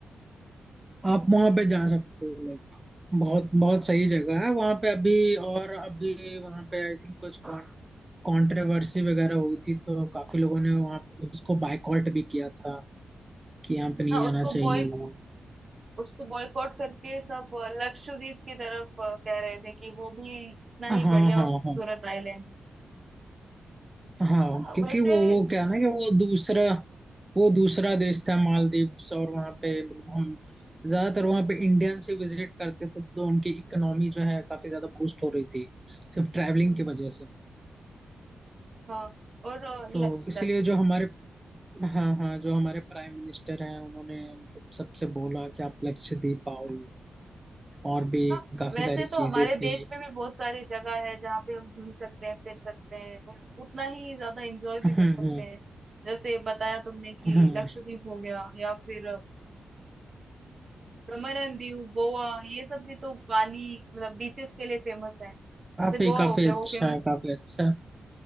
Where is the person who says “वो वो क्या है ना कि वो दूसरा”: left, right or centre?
Right